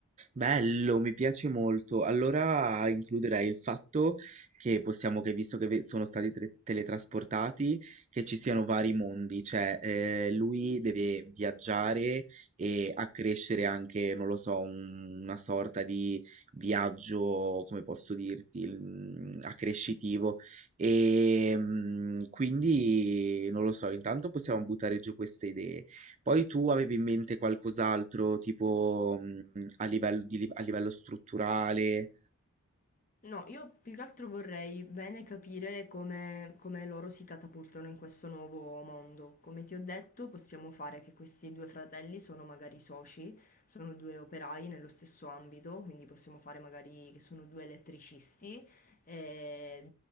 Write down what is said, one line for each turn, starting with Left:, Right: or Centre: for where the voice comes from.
Right: Bello, mi piace molto. Allora includerei il fatto che possiamo, che visto che ve- sono stati tre- teletrasportati, che ci siano vari mondi, cioè eh, lui deve viaggiare e accrescere anche, non lo so, un- una sorta di viaggio, come posso dirti, mm, accrescitivo. E mm, quindi, non lo so, intanto possiamo buttare giù queste idee. Poi tu avevi in mente qualcos'altro, tipo, mhmm, a livello di, a livello strutturale?
Left: No, io più che altro vorrei bene capire come, come loro si catapultano in questo nuovo mondo. Come ti ho detto, possiamo fare che questi due fratelli sono magari soci, sono due operai nello stesso ambito, quindi possiamo fare magari che sono due elettricisti e